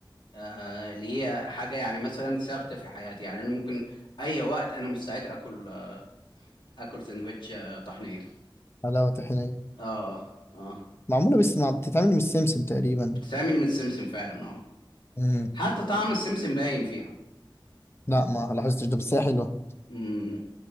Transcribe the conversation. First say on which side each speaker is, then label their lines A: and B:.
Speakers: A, on the left (about 75°); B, on the left (about 30°).
A: آه اللي هي حاجة يعني مثلا ثابتة في حياتي يعني انا ممكن اي وقت انا مستعد اكل اكل سندوتش آه، طحنية
B: حلاوة تحنية
A: اه اه
B: معمولة بس مع... بتتعمل من السمسم تقريبا
A: بتتعمل من السمسم فعلا اه
B: مم.
A: حتى طعم السمسم باين فيها
B: لا ما لاحظتش ده بس هي حلوة
A: مم.